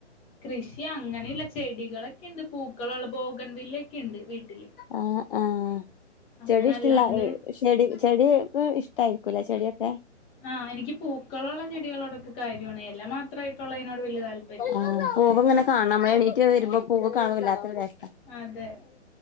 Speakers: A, on the left (about 15°); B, on the left (about 50°).
A: കൃഷി അങ്ങനെയില്ല ചെടികളെക്കെണ്ട് പൂക്കളുള്ള ബോഗൻ വില്ല ഒക്കെ ഇണ്ട് വീട്ടില്
B: ആഹ് ആഹ്
A: അങ്ങനെ
B: ചെടി ഇഷ്ടില്ല
A: അല്ലാണ്ട്
B: ചെടി ചെടിയെക്കെ ഇഷ്ടായിരിക്കുല്ലേ ചെടിയൊക്കെ
A: ആഹ് എനിക്ക് പൂക്കളുള്ള ചെടികളോടൊക്കെ കാര്യാണ് ഇല മാത്രയിട്ടുള്ള അതിനോട് വല്യയ താല്പര്യല്ല
B: ആഹ് പൂവ് ഇങ്ങനെ കാണണം നമ്മൾ എണീറ്റ് വരുമ്പോ പൂവ് കാണുമ്പോ വല്ലാത്തൊരു വേ
A: അതെ